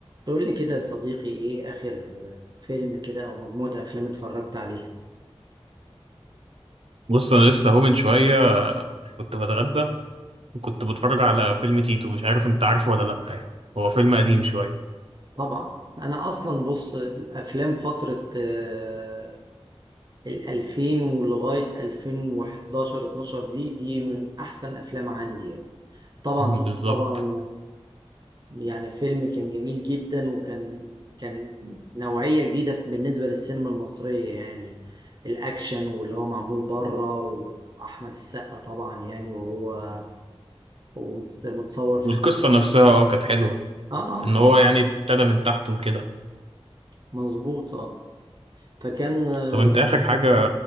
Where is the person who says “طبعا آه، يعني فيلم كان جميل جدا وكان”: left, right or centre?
Right